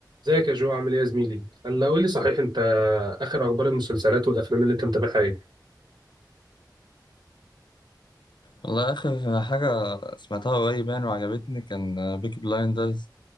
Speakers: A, on the right; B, on the left.
A: ازيك يا جو عامل ايه يا زميلي؟ هلا قول لي صحيح انت اخر اخبار المسلسلات والافلام اللي انت متابعها ايه؟
B: والله آخر حاجة سمعتها قريب يعني وعجبتني كان بيكي بلايندرز